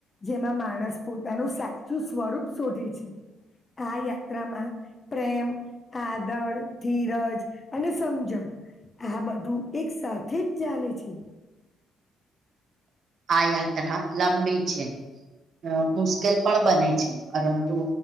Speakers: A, on the left; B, on the right.
A: જેમાં માણસ પોતાનું સાચું સ્વરૂપ શોધે છે આ યા માં પ્રેમ આદર ધીરજ અને સમજણ આ બધું એકસાથે જ ચાલેે છે
B: આ યાત્રા લંબી છે અ મુશ્કેલ પણ બને છે પરંતુ